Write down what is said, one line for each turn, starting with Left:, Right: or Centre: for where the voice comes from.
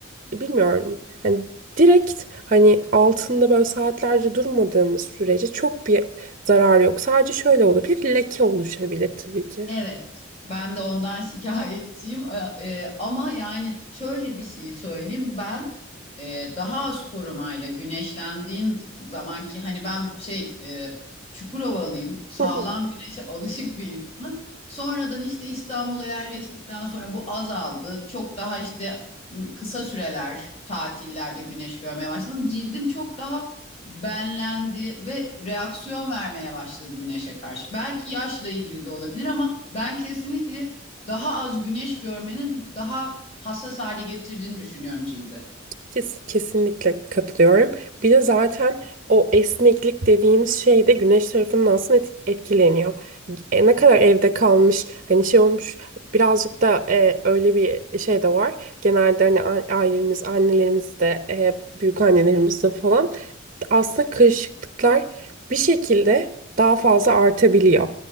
Right: bilmiyorum. Hani direkt hani altında böyle saatlerce durmadığımız sürece çok bir zarar yok. Sadece şöyle olabilir, leke oluşabilir tabii ki.
Left: Evet, ben de ondan <laughs> şikayetçiyim. E, e, ama yani şöyle bir şey söyleyeyim. Ben e, daha az korumayla güneşlendiğim zaman ki hani ben şey e, Çukurovalıyım, sağlam
Right: <laughs>
Left: güneşe alışık bir insanım. Sonradan işte İstanbul'a yerleştikten sonra bu azaldı. Çok daha işte m, kısa süreler tatillerde güneş görmeye başladım. Cildim çok daha benlendi ve reaksiyon vermeye başladı güneşe karşı. Belki yaşla ilgili de olabilir ama ben kesinlikle daha az güneş görmenin daha hassas hale getirdiğini düşünüyorum cildi.
Right: Kes- kesinlikle katılıyorum. Bir de zaten o esneklik dediğimiz şey de güneş tarafından aslında et- etkileniyor. E, ne kadar evde kalmış, hani şey olmuş birazcık da e, öyle bir şey de var. Genelde hani a- ailemiz, annelerimiz de, e, büyük annelerimiz de falan aslında karışıklıklar bir şekilde daha fazla artabiliyor.